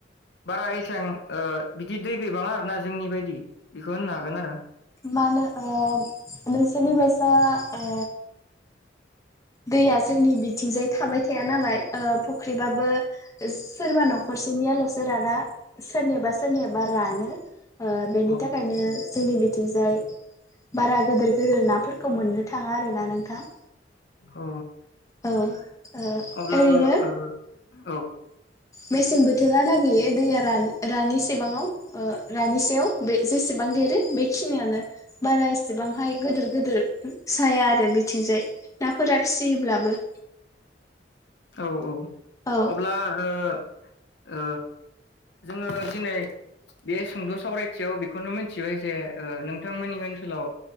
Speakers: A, on the left; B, on the left.
A: बारा एसां ओ बिदि दै गैबाङा आरोना जोंनि बायदि बेखौ होननो हागोन
B: औ
A: आरो
B: मा होनो ओ नोंसोरनि बायसा ओ दैया जोंनि बिथिंजाय थाबाय थाया नालाय ओ फुख्रिबाबो सोरबा न'खरसेनियाल'सो राना सोरनियाबा सो-रनियाबा रानो ओ बेनि
A: औ
B: थाखायनो जोंनि <unintelligible> बारा गोदोर -गोदोर नाफोर <unintelligible> मोननो थाङा आरो ना नोंथां।
A: अ
B: औ ओ
A: अब्लाबो
B: ओरैनो
A: ओ औ।
B: मेसें बोथोरा लागि दैया रान -रानिसेबाङाव ओ रानिसेयाव बे जेसेबां देरो बेखिनियानो बारा एसेबांहाय गोदोर- गोदोर <unintelligible> साया आरो बिथिंजाय नाफोरा <unintelligible>
A: औ औ।
B: औ
A: अब्ला ओ ओ जोङो दिनै बे सुंद' सावरायथियाव बेखौनो मोनथिबाय जे ओ नोंथांमोननि ओनसोलाव